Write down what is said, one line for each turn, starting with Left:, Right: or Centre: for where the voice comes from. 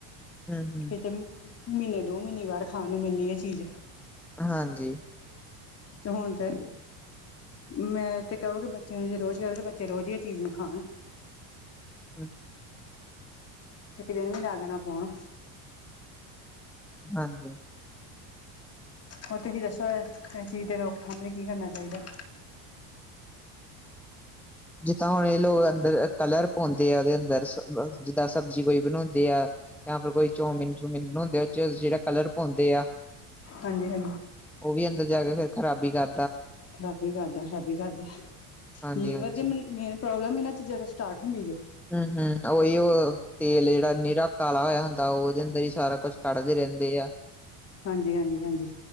Centre: ਹੂੰ-ਹੂੰ,
Left: ਕਿਤੇ ਮਹੀਨੇ ਦੋ ਮਹੀਨੇ ਬਾਅਰ ਖਾਨ ਨੂੰ ਮਿਲਨੀ ਐ ਚੀਜ਼
Centre: ਹਾਂਜੀ
Left: ਤੇ ਹੁਨ ਤੇ ਮੈਂ ਤੇ ਕਹੋਗੇ ਬੱਚਿਆਂ ਨੂੰ ਜੇ ਰੋਜ਼ ਈ ਆਵੇ ਤੇ ਬੱਚੇ ਰੋਜ਼ ਈ ਇਹ ਚੀਜ਼ ਨੂੰ ਖਾਨ
Centre: <unintelligible>
Left: ਇੱਕ ਦਿਨ ਈ ਲਾ ਦੇਣਾ ਫ਼ੋਨ
Centre: ਹਾਂਜੀ
Left: ਹੋਰ ਤੁਸੀਂ ਦੱਸੋ ਇਸ ਚੀਜ਼ ਦੀ ਰੋਕਥਾਮ ਲਈ ਕੀ ਕਰਨਾ ਚਾਹੀਦਾ
Centre: ਜਿੱਦਾਂ ਹੁਨ ਇਹ ਲੋਕ ਅੰਦਰ ਕਲਰ ਪਾਉਂਦੇ ਆ ਉਹਦੇ ਅੰਦਰ ਜਿੱਦਾਂ ਸਬਜ਼ੀ ਕੋਈ ਬਨਾਉਂਦੇ ਆ ਜਾਂ ਫਿਰ ਕੋਈ ਚੋਮੀਨ- ਚੂਮਿਨ ਬਣਾਉਂਦੇ ਆ ਉਹ ਚ ਜਿਹੜਾ ਕਲਰ ਪਾਉਂਦੇ ਆ
Left: ਹਾਂਜੀ ਹਾਂਜੀ
Centre: ਉਹ ਵੀ ਅੰਦਰ ਜਾ ਕੇ ਫੇਰ ਖ਼ਰਾਬੀ ਕਰ
Left: ਖ਼ਰਾਬੀ ਕਰਦਾ ਖ਼ਰਾਬੀ ਕਰਦਾ
Centre: ਹਾਂਜੀ-ਹਾਂਜੀ।
Left: ਲੀਵਰ ਦੀ ਮਨ ਮੇਨ ਪ੍ਰੋਬਲਮ ਈ ਇਹਨਾਂ ਚੀਜ਼ਾਂ ਤੋਂ ਸਟਾਰਟ ਹੁੰਦੀ ਜੇ
Centre: ਹਮ-ਹਮ ਉਹੀ ਉਹ ਤੇਲ ਜਿਹੜਾ ਨੀਰਾ ਕਾਲਾ ਹੋਇਆ ਹੁੰਦਾ ਉਹਦੇ ਅੰਦਰ ਹੀ ਸਾਰਾ ਕੁਛ ਕੱਢਦੇ ਰਹਿੰਦੇ ਆ
Left: ਹਾਂਜੀ ਹਾਂਜੀ ਹਾਂਜੀ